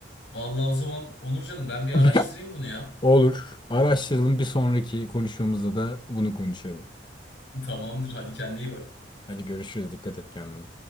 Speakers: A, on the left (about 85°); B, on the left (about 25°).
A: Vallahi o zaman Onurcan'ım ben bir araştırayım
B: <laughs>
A: bunu ya.
B: Olur. Araştıralım bir sonraki konuşmamızda da bunu konuşalım.
A: <laughs> Tamamdır hadi kendine iyi bak.
B: Hadi görüşürüz. Dikkat et kendine.